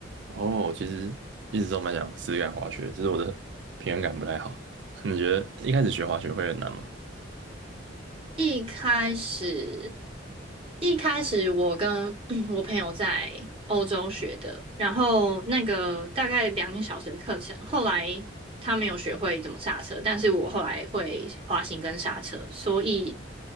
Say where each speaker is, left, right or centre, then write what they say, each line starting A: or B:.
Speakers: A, on the right (about 60°); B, on the right (about 30°).
A: 哦，其实一直都蛮想试试看滑雪，只是我的平衡感不太好。<laughs> 你觉得一开始学滑雪会很难吗？
B: 一开始，一开始我跟 <clears throat> 我朋友在欧洲学的，然后那个大概两个小时的课程，后来他没有学会怎么刹车，但是我后来会滑行跟刹车，所以